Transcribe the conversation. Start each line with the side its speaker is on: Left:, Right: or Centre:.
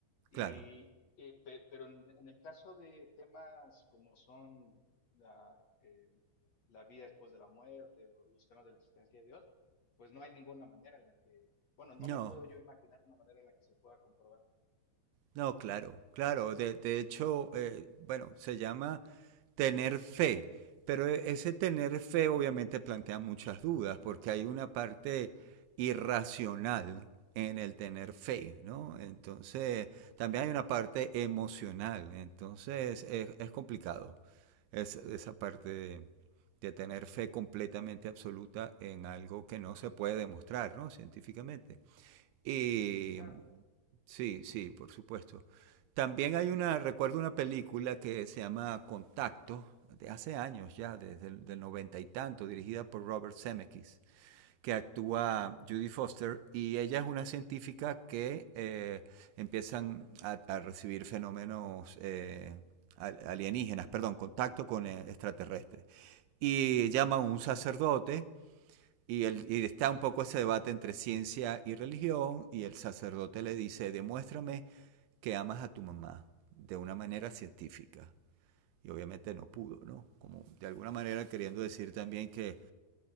Left: Y,
Right: claro,
Left: eh, pe- pero en, en el caso de temas como son la, eh, la vida después de la muerte o los temas de la existencia de Dios, pues no hay ninguna manera en la que, bueno, no
Right: no,
Left: me puedo yo imaginar una manera en la que se pueda comprobar.
Right: No, claro, claro. De, de hecho, eh, bueno, se llama tener fe, pero e, ese tener fe obviamente plantea muchas dudas porque hay una parte irracional en el tener fe, ¿no? Entonces, también hay una parte emocional, entonces es, es complicado es, esa parte de, de tener fe completamente absoluta en algo que no se puede demostrar, ¿no? Científicamente. Y
Left: Claro,
Right: sí, sí, por supuesto. También hay una, recuerdo una película que se llama Contacto, de hace años ya, desde el del noventa y tanto, dirigida por Robert Zemeckis, que actúa Judy Foster y ella es una científica que eh, empiezan a, a, recibir fenómenos eh, al- alienígenas, perdón, contacto con eh, extraterrestres. Y
Left: ujú.
Right: llama a un sacerdote y, el, y está un poco ese debate entre ciencia y religión y el sacerdote le dice, demuéstrame que amas a tu mamá de una manera científica. Y obviamente no pudo, ¿no? Como de alguna manera queriendo decir también que,